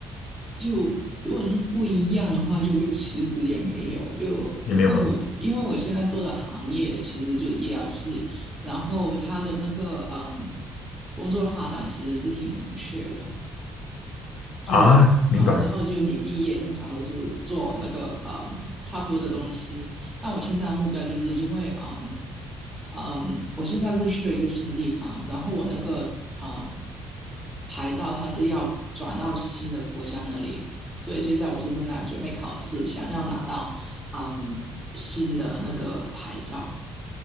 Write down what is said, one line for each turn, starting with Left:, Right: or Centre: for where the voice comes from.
Centre: 就如果是不一样的话，就 <laughs> 其实也没有，就因为我因为我现在做的行业其实就医疗系，
Left: 也没有吗？
Centre: 然后他的那个嗯工作发展其实是挺明确的，就
Left: 啊，明白。
Centre: 啊、然后就你毕业通常都是做那个嗯差不多的东西，但我现在的目标就是因为嗯嗯，我现在是去了一个新的地方，然后我那个呃牌照它是要转到新的国家那里，所以现在我是正在准备考试，想要拿到嗯新的那个牌照。